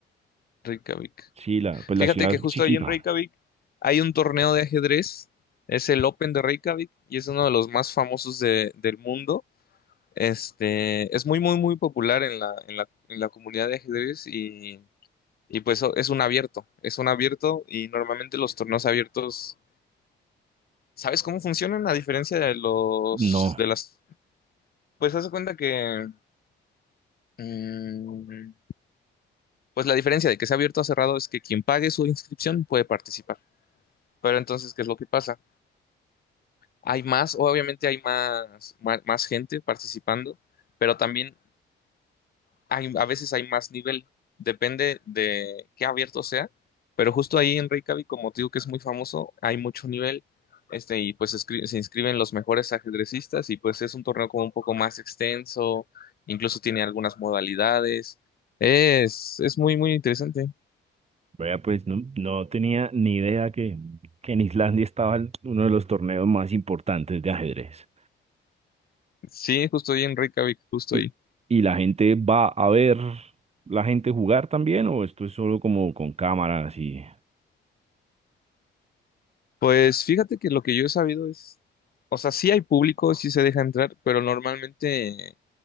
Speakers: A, on the left; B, on the right.
A: Reykjavik.
B: Sí, la, pues
A: Fíjate
B: la ciudad
A: que
B: es
A: justo
B: chiquita.
A: ahí en Reykjavik hay un torneo de ajedrez, es el Open de Reykjavik y es uno de los más famosos de- del mundo. Este, es muy, muy, muy popular en la, en la, en la comunidad de ajedrez y, y pues o- es un abierto, es un abierto y normalmente los torneos abiertos, ¿sabes cómo funcionan? A diferencia de los,
B: No,
A: de las, pues haz de cuenta que, mm, pues la diferencia de que sea abierto o cerrado es que quien pague su inscripción puede participar. Pero entonces, ¿qué es lo que pasa? Hay más, obviamente hay más, más, más gente participando, pero también hay, a veces hay más nivel, depende de qué abierto sea, pero justo ahí en Reykjavik, como te digo que es muy famoso, hay mucho nivel, este, y pues escri- se inscriben los mejores ajedrecistas y pues es un torneo como un poco más extenso, incluso tiene algunas modalidades, es, es muy, muy interesante.
B: vea, pues no, no tenía ni idea que, que en Islandia estaba el- uno de los torneos más importantes de ajedrez.
A: Sí, justo ahí en Reykjavik, justo
B: ¿Y,
A: ahí.
B: y la gente va a ver la gente jugar también o esto es solo como con cámaras y...
A: Pues fíjate que lo que yo he sabido es, o sea, sí hay público, sí se deja entrar, pero normalmente